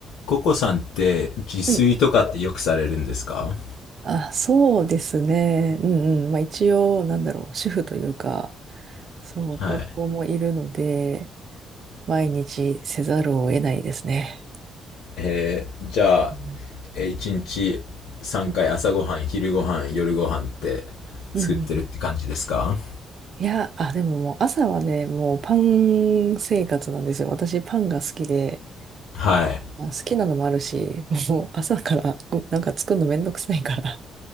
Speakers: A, on the left (about 85°); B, on the right (about 55°).
A: ココさんって自炊とかってよくされるんですか
B: はい。あ、そうですね。うんうん。まあ一応、なんだろう、主婦というか、そう、
A: はい。
B: 子供もいるので、毎日せざるを得ないですね。
A: えーじゃあ、
B: うん
A: えー一日三回朝ごはん、
B: うん
A: 昼ごはん、夜ごはんって
B: うんうん
A: 作ってるって感じですか
B: いや、あ、でももう朝はね、もうパン生活なんですよ。私パンが好きで、
A: はい。
B: あ、好きなのもあるし、<laughs> もう朝からごなんか作るのめんどくさいから。